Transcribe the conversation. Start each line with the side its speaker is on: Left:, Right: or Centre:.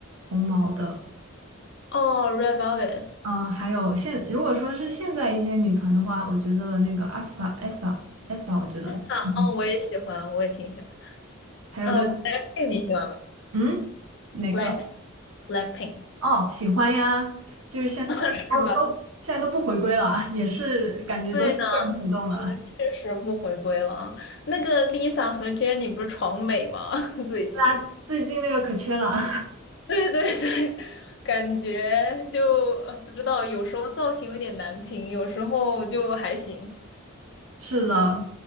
Right: 红毛的。
Left: 哦，Red Velvet，
Right: 嗯、还有现如果说是现在一些女团的话，我觉得那个 a s p a a s p a a s p a 我觉得嗯，
Left: 啊，哦，我也喜欢，我也挺喜欢。
Right: 还有那
Left: 嗯，Blackpink 你喜欢吗
Right: 嗯哪个？
Left: ？Black Blackpink
Right: 哦，喜欢呀，就是现在哦，
Left: 是吧？
Right: 都现在都不回归了啊也是感觉都是个人活动了。
Left: 对的，确实不回归了啊。那个 Lisa 和 Jennie 不是闯美吗？<laughs> 最近，
Right: 大家最近那个可缺了，
Left: 对对对，感觉就呃不知道，有时候造型有点难评，有时候就还行。
Right: <laughs> 是的，